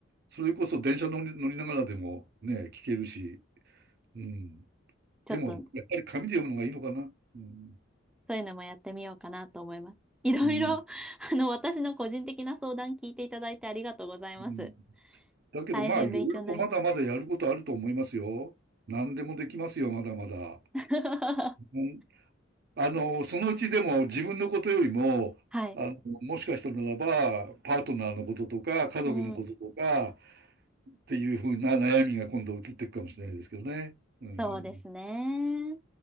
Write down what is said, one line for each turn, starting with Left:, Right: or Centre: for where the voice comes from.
Right: それこそ電車乗り、乗りながらでもね、聞けるし、うん。
Centre: ちょっと
Right: でも、やっぱり紙で読むのがいいのかな。うん。
Centre: そういうのもやってみようかなと思います。いろいろ、
Right: うん。
Centre: あの、私の個人的な相談聞いていただいてありがとうございます。
Right: うん、だけど、
Centre: 大変勉強になります。
Right: まあ、いろいろとまだまだやることあると思いますよ。何でもできますよ、まだまだ。
Centre: <laughs>
Right: うんあの、そのうちでも自分のことよりも、
Centre: はい。
Right: あの、もしかしたならば、パートナーのこととか、家族のこととか、
Centre: <laughs> うん。
Right: っていうふうな悩みが今度移っていくかもしれないですけどね。うん
Centre: そうですね。